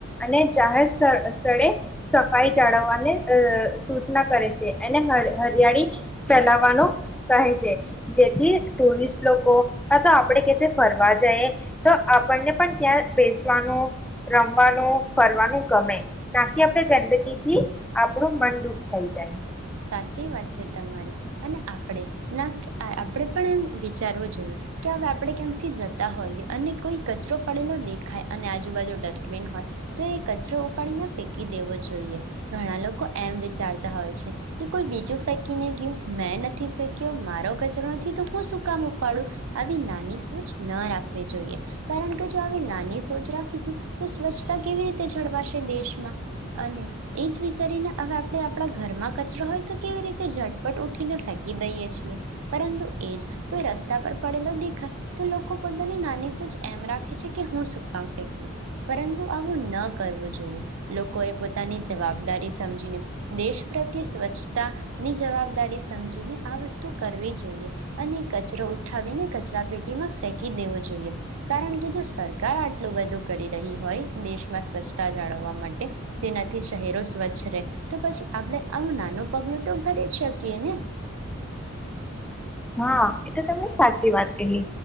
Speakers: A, in the centre; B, on the right.
A: અને જાહેર સ્થળે સફાઈ જાળવવાને અ સૂચના કરે છે અને હરિયાળી ફેલાવાનું કહે છે જેથી ટુરિસ્ટ લોકો ક તો આપણે ક ફરવા જઈ તો આપણને પણ ત્યાં બેસવાનું રમવાનું ફરવાનું ગમે નાકી આપણે ગંદકીથી આપણું મન દુઃખ થઈ જાય.
B: સાચી વાત છે તમારી અને આપણે આપણે પણ એમ વિચારવો જોઈએ કે હવે આપણે ક્યાંકથી જ હોઈએ અને કોઈ કચરો પડેલો દેખાય અને આજુબાજુ ડસ્ટબિન હોય તો એ કચરો ઉપાડીને ફેંકી દેવો જોઈએ ઘણા લોકો એમ વિચારતા હોય છે. એ કોઈ બીજું ફેંકીને ગયું મેં નથી ફેંક્યો મારો કચરો નથી તો હું શું કામ ઉપાડું આવી નાની સોચ ન રાખવી જોઈએ કારણ કે જો આવી નાની સોચ રાખીશું તો સ્વચ્છતા કેવી રીતે જળવાશે દેશમાં અને એ જ વિચારીને હવે આપણે આપણા ઘરમાં કચરો હોય તો કેવી રીતે ઝટપટ ઉઠીને ફેંકી દઈએ છીએ પરંતુ એ જ કોઈ રસ્તા પર પડેલો દેખાય તો લોકો પોતાની નાની સૂચ એમ રાખે છે કે હું સુકામ ફેંકવું પરંતુ આવું ન કરવું જોઈએ લોકોએ પોતાની જવાબદારી સમજીને દેશ પ્ર સ્વચ્છતા ની જવાબદારી સમજીને આ વસ્તુ કરવી જોઈએ અને કચરો ઉઠાવીને કચરા પેટીમાં ફેંકી દેવો જોઈએ કારણ કે જો સરકાર આટલું બધું કરી રહી હોય દેશમાં સ્વચ્છતા જાળવવા માટે જેનાથી શહેરો સ્વચ્છ રહે તો પછી આપણે આવું નાનું પગલું તો ભરી જ શકીએ ને
A: હા એ તો તમે સાચી વાત કહી